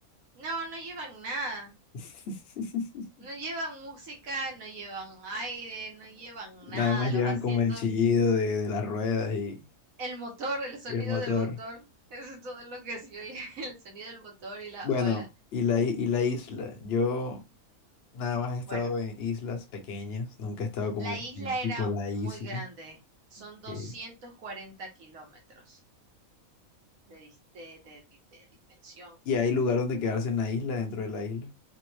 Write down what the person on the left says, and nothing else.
<laughs>
Nada más llevan
como el chillido de, de las ruedas y,
y el motor.
Bueno,
y la, i- y la isla. Yo nada más he estado
en islas pequeñas, nunca he estado como
en
tipo la isla.
ok.
Y hay lugar donde quedarse en la isla, dentro de la isla.